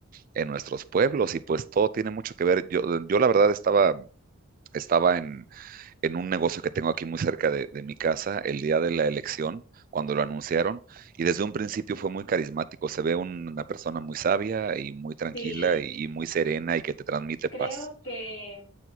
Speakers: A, on the right; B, on the left.
A: en nuestros pueblos. Y pues todo tiene mucho que ver. Yo, yo la verdad estaba estaba en, en un negocio que tengo aquí muy cerca de, de mi casa el día de la elección, cuando lo anunciaron, y desde un principio fue muy carismático. Se ve un- una persona muy sabia y muy tranquila
B: sí,
A: y, y muy serena y que te transmite
B: creo
A: paz.
B: que